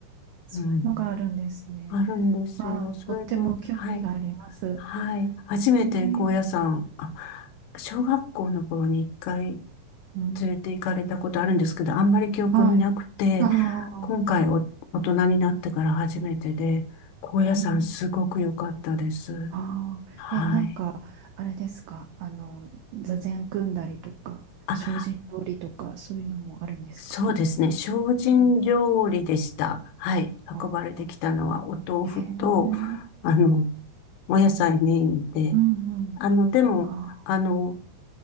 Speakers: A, on the right; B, on the left.
A: そういうのがあるんですね。
B: うん。あるんですよ。
A: まあ、
B: それで、
A: とっても興味があります。
B: はい。はい。初めて高野山、
A: えー、
B: あ、小学校の頃に一回
A: うーん、
B: 連れて行かれたことあるんですけど、あんまり記憶になくて、
A: はい、ああ、
B: 今回お、大人になってから初めてで、高野山すごく良かったです。
A: えーあーえ、
B: はい。
A: なんか、あれですか、あの、座禅組んだりとか、
B: あ、
A: 精進料理とか、そういうのもあるんですかう
B: そうですね。精進料理でした。
A: ん
B: はい。
A: あ
B: 運ばれてきたのはお豆腐と、
A: ーへえ、
B: あの、お野菜メインで、
A: うんうん。
B: あの、でも、
A: あ
B: あの、